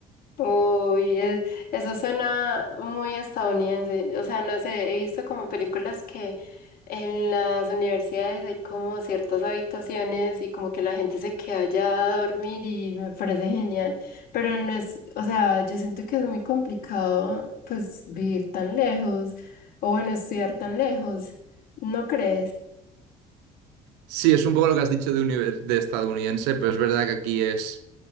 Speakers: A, on the left; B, on the right.
A: Uy, es- eso suena muy estadounidense. O sea, no sé, he visto como películas que en las universidades hay como ciertas habitaciones y como que la gente se queda allá a dormir y me parece genial. Pero no es, o sea, yo siento que es muy complicado pues vivir tan lejos o bueno, estudiar tan lejos. ¿No crees?
B: Sí, es un poco lo que has dicho de, univer- de estadounidense, pero es verdad que aquí es...